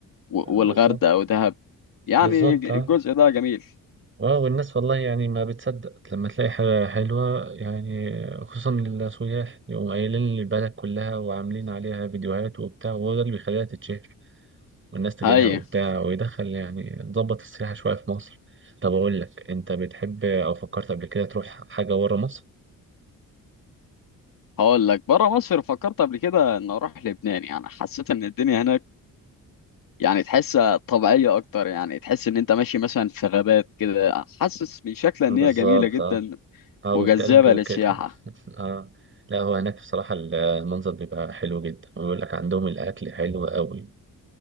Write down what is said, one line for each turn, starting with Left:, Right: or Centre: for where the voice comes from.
Left: و- والغردقة
Right: بالظبط
Left: ودهب يعني
Right: بالظبط
Left: الجزء
Right: أه.
Left: ده جميل
Right: اه والناس والله يعني ما بتصدق لما تلاقي حاجة حلوة يعني خصوصا السياح يقوموا قايلين البلد كلها وعاملين عليها فيديوهات وبتاع وهو ده اللي بيخليها تتشهر والناس تجيلها
Left: هاي
Right: وبتاع ويدخل يعني ضبط السياحة شوية في مصر طب أقول لك أنت بتحب أو فكرت قبل كده تروح حاجة ورا مصر؟
Left: هقول لك بره مصر فكرت قبل كده ان اروح لبنان يعني حسيت ان الدنيا هناك يعني تحس طبيعية اكتر يعني تحس ان انت ماشي مثلا في غابات كده حاسس من شكلها
Right: بالظبط
Left: ان هي جميلة جدا
Right: اه اه
Left: وجذابة
Right: والتلج وكده
Left: للسياحة
Right: <laughs> اه لا هو هناك بصراحة المنظر بيبقى حلو جدا ويقول لك عندهم الأكل حلو قوي